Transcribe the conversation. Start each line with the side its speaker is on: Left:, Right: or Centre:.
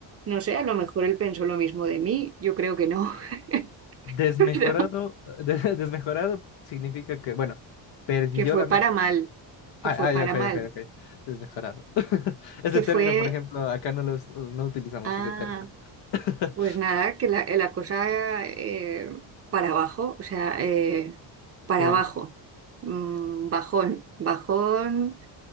Right: no sé, a lo mejor él pensó lo mismo de mí, yo creo que no,
Left: Desmejorado,
Right: <laughs> pero
Left: <laughs> de- desmejorado significa que, bueno, perdió
Right: que fue
Left: la mejor.
Right: para mal, que
Left: Ah,
Right: fue
Left: ah,
Right: para
Left: ya, ok,
Right: mal,
Left: ok, ok. Desmejorado. <laughs> Ese
Right: que
Left: término,
Right: fue...
Left: por ejemplo, acá no los, no utilizamos
Right: Ah.
Left: ese término. <laughs>
Right: Pues nada, que la, la cosa eh, para abajo, o sea, eh, para
Left: Oye.
Right: abajo, Mm, bajón, bajón,